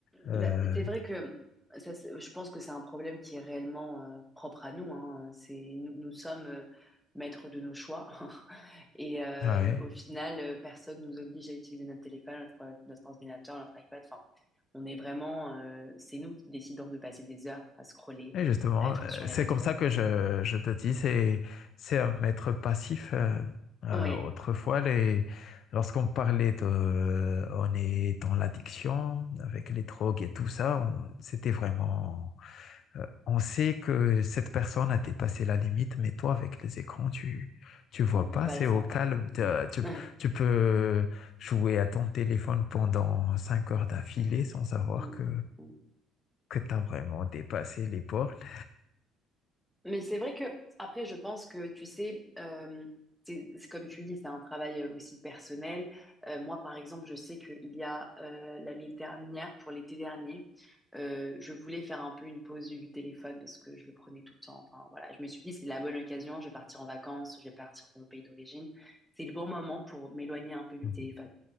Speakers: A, on the left; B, in the centre.
A: Euh,
B: Bah, c'est vrai que ça, c'est- je pense que c'est un problème qui est réellement euh, propre à nous, hein. C'est, nous, nous sommes euh, maîtres de nos choix <laughs> et euh,
A: ah ouais.
B: au final, euh, personne nous oblige à utiliser notre téléphone, notre, notre ordinateur, notre iPad. Enfin, on est vraiment, euh, c'est nous qui décidons de passer des heures à scroller,
A: Et justement,
B: à être
A: euh,
B: sur les
A: c'est
B: réseaux.
A: comme ça que je, je te dis, c'est, c'est un maître passif. euh, euh,
B: Oui,
A: autrefois, les, lorsqu'on parlait de, euh, on est dans l'addiction, avec les drogues et tout ça, on- c'était vraiment, euh, on sait que cette personne a dépassé la limite, mais toi, avec les écrans, tu, tu vois
B: on peut
A: pas,
B: pas
A: c'est
B: le savoir.
A: au calme. t'as- Tu,
B: Mm.
A: tu peux jouer à ton téléphone pendant cinq heures d'affilée sans savoir
B: <laughs>
A: que
B: Mm.
A: que tu as vraiment dépassé les portes.
B: Mais c'est vrai que, après, je pense que, tu sais, euh, c'est c'est comme tu dis, c'est un travail euh, aussi personnel. Euh, moi, par exemple, je sais qu'il y a euh, l'année dernière, pour l'été dernier, euh, je voulais faire un peu une pause du téléphone parce que je le prenais tout le temps. Enfin, voilà, je me suis dit, c'est la bonne occasion, je vais partir en vacances, je vais partir dans mon pays d'origine. C'est le bon moment pour m'éloigner un peu du
A: Mhm.
B: téléphone.